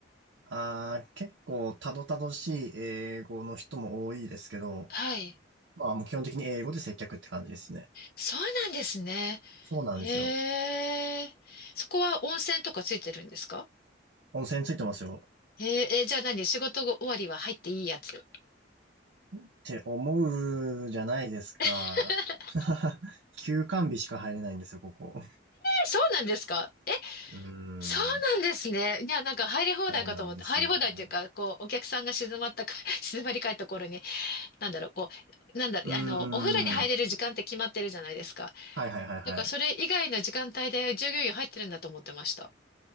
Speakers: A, on the right; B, on the left.
A: あー、結構、たどたどしい英語の人も多いですけど、
B: はい。
A: まあ、もう基本的に英語で接客って感じですね。
B: そうなんですね。
A: そうなんですよ。
B: へえ、そこは温泉とかついてるんですか
A: 温泉ついてますよ。
B: へえ、えじゃあ何仕事終わりは入っていいやつ。
A: って思うじゃないですか。
B: <laughs>
A: <laughs> 休館日しか入れないんですよ、ここ。
B: そうなんですかえ、
A: うーん。
B: そうなんですね。いや、なんか入り放題かと思って、
A: そうなんですよ。
B: 入り放題っていうか、こう、お客さんが静まったか、<laughs> 静まり返った頃に、なんだろう、こう、なんだろう、
A: うーん。
B: あの、お風呂に入れる時間って決まってるじゃないですか。
A: はいはいはいはい。
B: だからそれ以外の時間帯で従業員入ってるんだと思ってました。
A: い